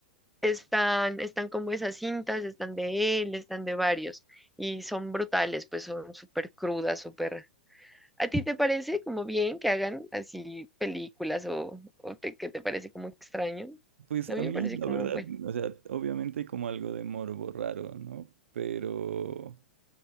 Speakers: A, in the centre; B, on the right (about 85°).
A: Están, están como esas cintas, están de él, están de varios y son brutales, pues son súper crudas, súper... ¿A ti te parece como bien que hagan así películas o, o te, que te parece como extraño?
B: Pues
A: A mí
B: a
A: me
B: mí,
A: parece
B: la
A: como,
B: verdad,
A: bueno,
B: o sea, obviamente hay como algo de morbo raro, ¿no? Pero,